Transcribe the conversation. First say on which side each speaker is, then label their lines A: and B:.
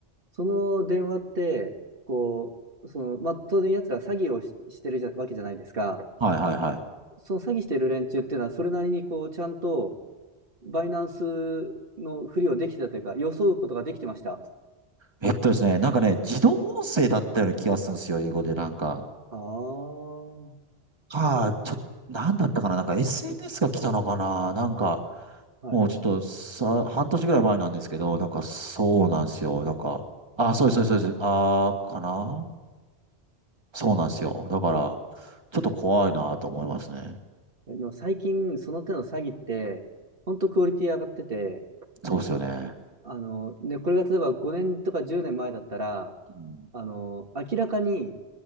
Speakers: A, on the right; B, on the right.
A: その電話って、こう、その、まあ、当然奴ら詐欺をし、してるじゃ、わけじゃないですか。
B: はい。はいはいはい。
A: その詐欺してる連中っていうのは、それなりにこう、ちゃんと、バイナンスのふりをできてたというか、装うことができてました。
B: えっとですね、なんかね、自動音声だったような気がするんですよ、英語でなんか。
A: ああ、は
B: か、ちょ、なんだったかな、なんか SNS が来たのかな、なんか、
A: い。
B: もうちょっとさ、半年ぐらい前なんですけど、なんかそうなんですよ。なんか、あ、そうです、
A: あー
B: そうです、そうです。あー、かなそうなんですよ。だから、ちょっと怖いなと思いますね。
A: えでも最近、その手の詐欺って、ほんとクオリティ上がってて、
B: そうですよね。
A: あの、ね、これが例えば5年とか10年前だったら、
B: うん、
A: あの、明らかに、